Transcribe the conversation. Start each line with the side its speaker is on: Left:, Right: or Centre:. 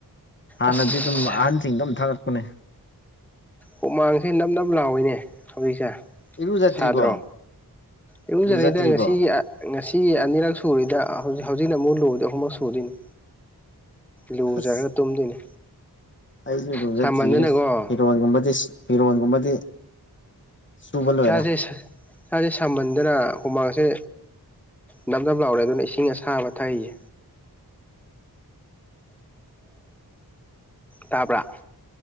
Left: ꯍꯥꯟꯅꯗꯤ
Centre: ꯑꯁ
Left: ꯑꯗꯨꯝ ꯑꯍꯟꯁꯤꯡꯗ ꯑꯗꯨꯝ ꯊꯂꯛꯄꯅꯦ
Centre: ꯍꯨꯃꯥꯡꯁꯦ ꯅꯞ ꯅꯞ ꯂꯥꯎꯏꯅꯦ ꯍꯧꯖꯤꯛꯁꯦ
Left: ꯏꯔꯨꯖꯗ꯭ꯔꯤꯕꯣ
Centre: ꯁꯥꯗ꯭ꯔꯣ ꯏꯔꯨꯖꯔꯗ
Left: ꯂꯨꯖꯗ꯭ꯔꯤꯕꯣ
Centre: ꯉꯁꯤ ꯉꯁꯤ ꯁꯤ ꯑꯅꯤꯔꯛ ꯁꯨꯔꯤꯦꯗ ꯍꯧꯖꯤꯛ ꯍꯧꯖꯤꯛꯅ ꯑꯃꯨꯛ ꯂꯨꯗꯦ ꯑꯍꯨꯝꯛ ꯊꯨꯗꯣꯏꯅꯤ ꯂꯨꯖꯔꯒ
Left: ꯑꯁ
Centre: ꯇꯨꯝꯗꯣꯏꯅꯤ
Left: ꯑꯩꯁꯨ ꯂꯨꯖꯗ꯭ꯔꯤꯌꯦ
Centre: ꯁꯥꯃꯟꯗꯅꯀꯣ
Left: ꯐꯤꯔꯣꯏꯒꯨꯝꯕꯗꯤ ꯍꯤꯔꯣꯏꯣꯟꯒꯨꯝꯕꯗꯤ ꯁꯨꯕꯜ
Centre: ꯏꯁꯥꯁꯦ
Left: ꯑꯣꯏꯔꯦ
Centre: ꯏꯁꯥꯁꯦ ꯁꯃꯟꯗꯅ ꯍꯨꯃꯥꯡꯁꯦ ꯅꯞ ꯅꯞ ꯂꯥꯎꯔꯦ ꯑꯗꯨꯅ ꯏꯁꯤꯡ ꯑꯁꯥꯕ ꯊꯛꯩꯌꯦ ꯇꯥꯕ